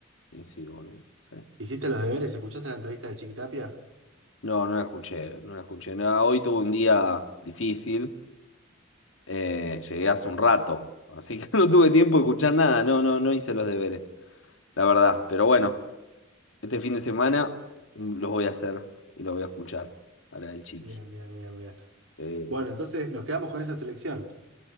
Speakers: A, on the left; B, on the right.
A: Y sí, boludo. sí.
B: ¿Hiciste los deberes? ¿Escuchaste la entrevista de Chiquitapia?
A: No, no la escuché, no la escuché. No, hoy tuve un día difícil. eh, llegué hace un rato, así que <laughs> no tuve tiempo de escuchar nada. No, no, no hice los deberes, la verdad. Pero bueno, este fin de semana mm, los voy a hacer y los voy a escuchar para el chiqui.
B: Bien, bien, bien, bien.
A: Sí,
B: Bueno, entonces nos quedamos con esa selección,